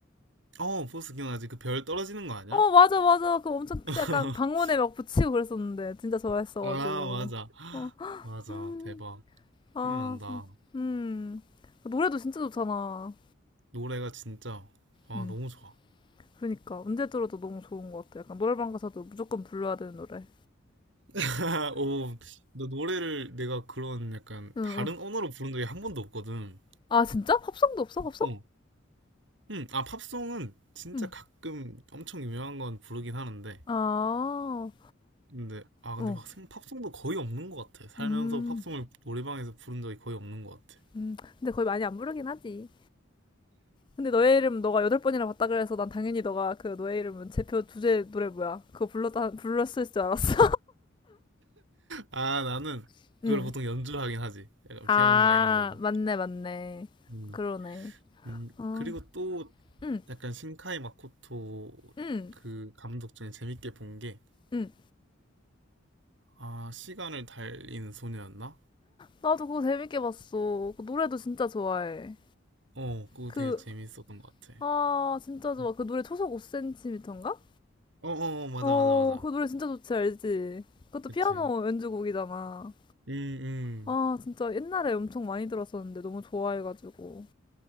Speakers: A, on the right; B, on the left.
A: 어, 포스 기억나지? 그 별 떨어지는 거 아니야?
B: 어, 맞아, 맞아. 그 엄청 크-
A: <laughs>
B: 약간 방문에 막 붙이고 그랬었는데 진짜 좋아했어가지고.
A: 아, 맞아. <gasps>
B: 어,
A: 맞아.
B: 음,
A: 대박.
B: 아,
A: 생각난다.
B: 음. 그 노래도 진짜 좋잖아.
A: 노래가 진짜, 아,
B: 음,
A: 너무 좋아.
B: 그러니까 언제 들어도 너무 좋은 것 같아. 약간 노래방 가서도 무조건 불러야 되는 노래.
A: <laughs> 오, 나 노래를 내가 그런 약간
B: 응, 응.
A: 다른 언어로 부른 적이 한 번도 없거든.
B: 아, 진짜? 팝송도 없어? 팝송?
A: 어. 응, 아, 팝송은 진짜
B: 응.
A: 가끔 엄청 유명한 건 부르긴 하는데.
B: 아,
A: 근데, 아, 근데
B: 어,
A: 막 생- 팝송도 거의 없는 것 같아. 살면서
B: 음,
A: 팝송을 노래방에서 부른 적이 거의 없는 것 같아.
B: 음. 근데 거의 많이 안 부르긴 하지. 근데 너의 이름 너가 여덟 번이나 봤다 그래서 난 당연히 너가 그 너의 이름은 제표 주제 노래 뭐야? 그거 불렀다 불렀을 줄 알았어.
A: 아, 나는
B: <laughs>
A: 그걸
B: 응.
A: 보통 연주하긴 하지. 약간
B: 아
A: 피아노나 이런 걸로.
B: 맞네 맞네.
A: 음,
B: 그러네.
A: 음,
B: 어.
A: 그리고 또
B: 응,
A: 약간 신카이 마코토
B: 응,
A: 그 감독 중에 재밌게 본 게,
B: 응.
A: 아, 시간을 달리는 소녀였나?
B: 나도 그거 재밌게 봤어. 그 노래도 진짜 좋아해.
A: 어, 그거
B: 그,
A: 되게 재밌었던 것 같아.
B: 아, 진짜 좋아.
A: 음.
B: 그 노래 초속 5cm인가?
A: 어, 어, 어, 맞아,
B: 어,
A: 맞아, 맞아.
B: 그 노래 진짜 좋지, 알지? 그것도
A: 그치.
B: 피아노 연주곡이잖아.
A: 음,
B: 아, 진짜 옛날에 엄청 많이 들었었는데 너무 좋아해가지고.